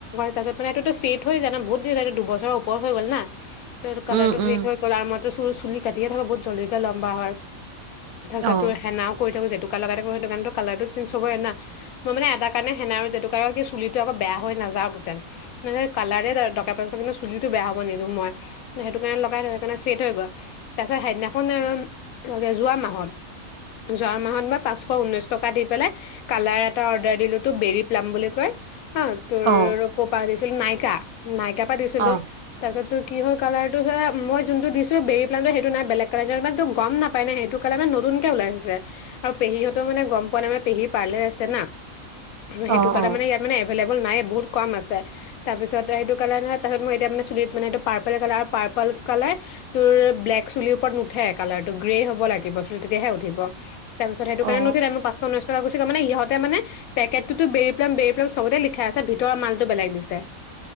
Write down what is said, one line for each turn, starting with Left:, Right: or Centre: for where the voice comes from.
Left: তাৰছত মানে সেইটোতো ফেড বহুত দেৰি থাকে দুবছৰ ওপৰ হৈ গল না। তোৰ কালাৰ
Right: উম
Left: টো
Right: উম
Left: ফেড হৈ গল আৰু মইটো চুল চুলি কাটিয়ে থাকো বহুত জলদিকে লম্বা হয়। তাৰপিছত
Right: অ
Left: তোৰ হেনাও কৰি থাকো যেত জেতুকা লগাই থাকো সেইটো কাৰনেটো কালাৰটো চেঞ্জ হবই না মই মানে এটা কাৰণে সেনা আৰু জেতুকা লগাও কি চুলিটো আকৌ বেয়া হৈ নাযাওক যেন মানে কালাৰে যাউক দৰকাৰ পৰিছে চুলিটো বেয়া হব নিদো মই সেইটো কাৰণে লগাই থাকো সেইট ফেড হৈ গল মই তাৰপিছত সেই দিনাখন ৰহ যোৱা মাহত - যোৱা মাহত মই পাঁচশ ঊনৈশ টকা দি পেলাই কালাৰ এটা অৰ্ডাৰ দিলো তো বেৰি প্লাম বুলি কয় হা তোৰ
Right: অ
Left: কৰপা আনিছিল নাই ইকা নাই কেপা দিছিলো
Right: অ
Left: তাৰ পিছত তোৰ কি হল কালাৰটো যে মই যোনটো দিছো বেৰি প্লামটো সেইটো নাই বেলেগ কালাৰ মানে টোৰ ইমান গম নাপায় না সেইটো কালাৰ নতুনকে ওলাইছে। আৰু পেহীহত টো মানে গম পোৱা নাই মানে পেহী পাৰ্লাৰ আছে না আৰু সেইটো
Right: অ
Left: কালাৰ
Right: অ
Left: মানে ইয়াত মানে এবেলেভেল নাই বহুত কম আছে। তাৰপিছতে সেইটো কালাৰ নহয় তাৰপিছত মই এতিয়া মানে চুলিত মানে এইটো পাৰ্পল কালাৰ আৰু পাৰ্পল কালাৰ তোৰ ব্লেক চুলিৰ ওপৰত নুঠে কালাৰটো গ্ৰে হব লাগিব চুল তেতিয়াহে উঠিব তাৰ পিছত সেইটো
Right: অ
Left: কাৰণে নুঠিলে মোৰ পাঁচশ ঊনৈশ টকা গুছি গল মানে ইহত তেমানে পেকটটোতো বেৰি প্লাম -বেৰি প্লাম চবতে লিখা আছে ভিতৰৰ মালটো বেলেগ দিছে।